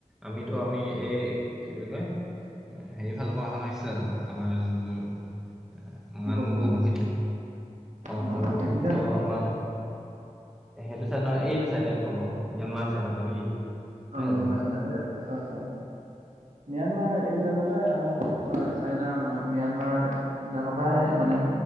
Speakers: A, in the centre; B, on the right.
A: আমিতো আমি এই কি বুলি কয় সেই ফালৰ পৰা অহা নহৈছিলে জানো? আমাৰ যোনবোৰ এ মৰাণ
B: পূব পৰু
A: মানুহখিনি। অঁ
B: অ',
A: পূৰ্বপুৰুষ
B: অ', সেইপিনে
A: ত আমাৰ সেইটো চাইড নহয় এইটো চাইডে হ'ব ম্যানমাৰ চাইডৰ পৰা নেকি? নহয়
B: অঁ
A: জানো
B: ম্যানমাৰ চাইডৰ উম হয় হয়। ম্যানমাৰ এইবিলাকৰ পৰাই আমাৰ চাইনা ম্যানমাৰ এই বিলাকৰ পৰাই মানে,